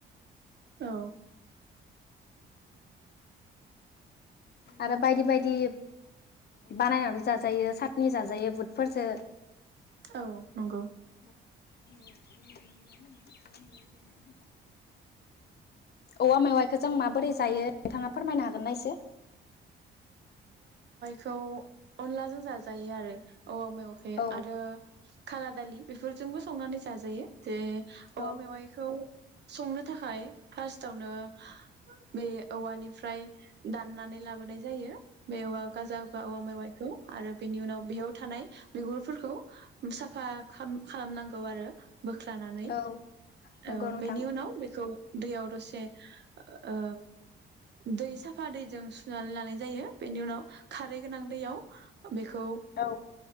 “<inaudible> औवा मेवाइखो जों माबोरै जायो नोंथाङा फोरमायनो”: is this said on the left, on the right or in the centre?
Left